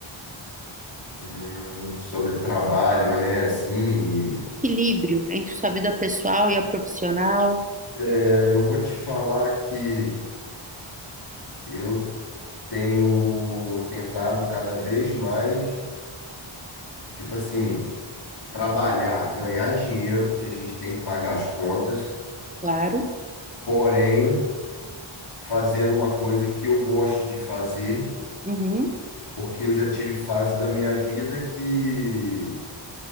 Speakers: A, on the left; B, on the right.
A: Hum, sobre trabalho, né? Assim, e,
B: Equilíbrio entre sua vida pessoal e a profissional,
A: é, eu vou te falar que eu tenho tentado cada vez mais, tipo assim, trabalhar, ganhar dinheiro, porque a gente tem que pagar as contas,
B: claro.
A: porém, fazendo uma coisa que eu gosto de fazer,
B: Uhum,
A: porque eu já tive fase da minha vida que